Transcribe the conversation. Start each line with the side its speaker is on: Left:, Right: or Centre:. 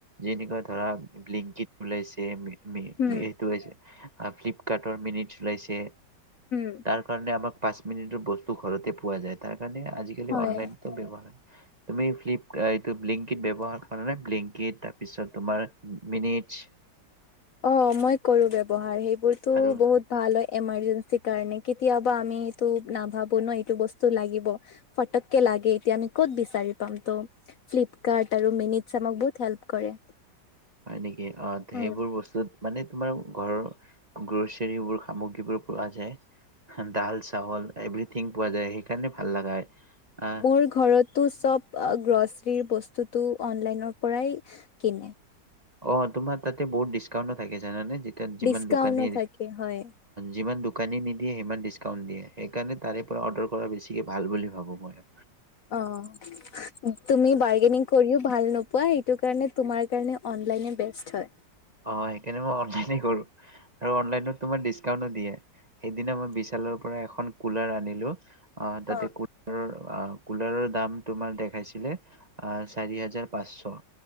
Right: যেনেকুৱা ধৰা ব্লিংকিট ওলাইছে এইটো
Left: উম হম
Right: ফ্লিপকাৰ্টৰ মিনিট চলাইছে
Left: উম
Right: তাৰ কাৰণে আমাক পাঁচ মিনিটৰ বস্তু ঘৰতে পোৱা যায় তাৰ কাৰণে আজিকালি
Left: হয়।
Right: অনলাইনো ব্যৱহাৰ হয়। তুমি ফ্লিপ এইটো ব্লিংকিত ব্যৱহাৰ কৰা নে ব্লিংকিত তাৰপিছত তোমাৰ মিনিটছ
Left: অ মই কৰো ব্যৱহাৰ সেইবোৰতো
Right: আৰু
Left: বহুত ভাল হয় এমাৰযেনচি কাৰনে কেতিযাবা আমিটো নাভাবোঁ ন এইটো বস্তু লাগিব। পৰককে এতিয়া আমি কত বিছাৰি পাম ত ফ্লিপকাৰ্ট আৰু মিনিটছ আমাক বহুত হেলপ কৰে।
Right: হয় নেকি অ', সেইবোৰ
Left: উম।
Right: বস্তুত মানে তোমাৰ ঘৰৰ গ্ৰচাৰীবোৰ সামগ্ৰীবোৰ পোৱা যায়। ডাল চাৱল এভৰিথিং পোৱা যায় সেইকাৰণে ভাল লগা আহ
Left: মোৰ ঘৰতো চব গ্ৰছ বস্তুটো অনলাইনৰ পৰাই কিনে।
Right: অ', তোমাৰ তাতে বহুত ডিছকাউণ্টো থাকে জানানে? যিমান
Left: ডিচকাউন্টো
Right: দোকানী
Left: থাকে
Right: অ',
Left: হয়।
Right: যিমান দো দোকানী নিদিয়ে সিমান ডিছকাউণ্ট দিয়ে সেইকাৰণে তাৰে পৰা অৰ্ডাৰ কৰা বেছিকৈ ভাল বুলি ভাবোঁ মই।
Left: অ তুমি বাৰ্গেনিং কৰিও ভাল নপ সেইটো কাৰনে তোমাৰ কাৰনে অনলাইন এ বেষ্ট হয়।
Right: অ সেইকাৰনে মই অনলাইন কৰো আৰু অনলাইনত তোমাৰ দিছকাওন দিয়ে। এদিন আমাৰ বিশালৰ পৰা এখন কুলাৰ অনিলো তাতে
Left: অ
Right: কুলাৰৰ কুলাৰৰ দাম তোমাৰ দেখাইছিলে আহ চাৰি হাজাৰ পাঁচশ